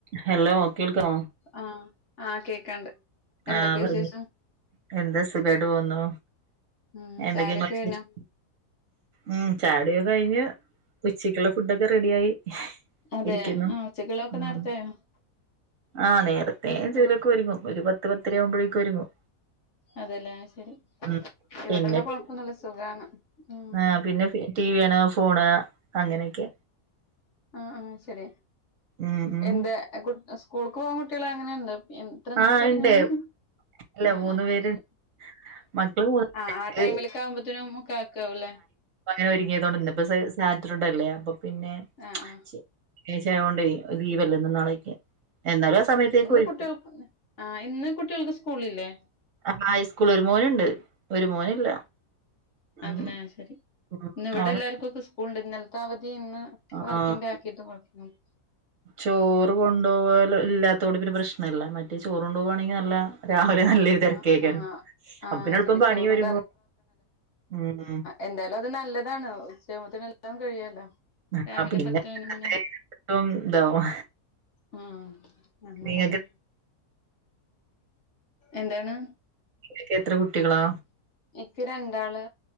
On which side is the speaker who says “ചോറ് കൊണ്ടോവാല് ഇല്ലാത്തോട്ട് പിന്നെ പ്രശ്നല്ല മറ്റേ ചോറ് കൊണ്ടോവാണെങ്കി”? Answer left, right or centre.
Right